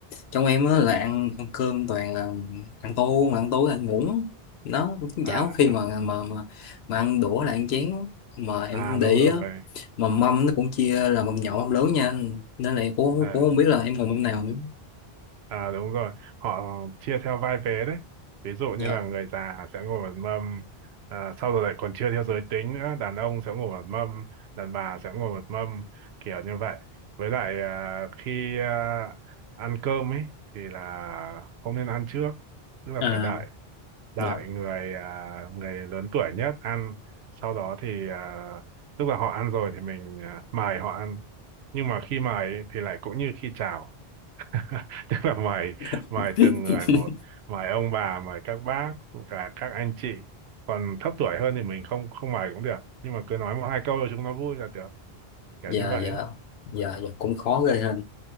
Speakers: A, on the left; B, on the right.
A: trong em á là ăn, ăn cơm toàn là ăn tô mà ăn tối là ăn muỗng đó cũng
B: à
A: chả có khi mà mà mà mà ăn đũa là ăn chén mà em
B: à
A: không
B: đúng
A: để ý
B: rồi
A: á mà mâm nó cũng chia là mâm nhỏ mâm lớn nha nên là em cũng,
B: à,
A: cũng không biết là em còn mâm nào nữa
B: à đúng rồi họ chia theo vai vế đấy ví dụ
A: dạ
B: như là người già sẽ ngồi một mâm à, sau rồi lại còn chia theo giới tính nữa đàn ông sẽ ngồi một mâm đàn bà sẽ ngồi một mâm kiểu như vậy với lại à, khi à, ăn cơm ấy thì là không nên ăn trước tức là
A: à
B: phải đợi đợi
A: dạ
B: người à, người lớn tuổi nhất ăn sau đó thì à, lúc mà họ ăn rồi thì mình à, mời họ ăn nhưng mà khi mời ấy, thì lại cũng như khi chào <laughs> tức là mời
A: <laughs>
B: mời từng người một mời ông bà mời các bác cả các anh chị còn thấp tuổi hơn thì mình không không mời cũng được nhưng mà cứ nói một hai câu rồi chúng nó vui là được kiểu
A: dạ
B: như vậy
A: dạ dạ dạ cũng khó ghê ha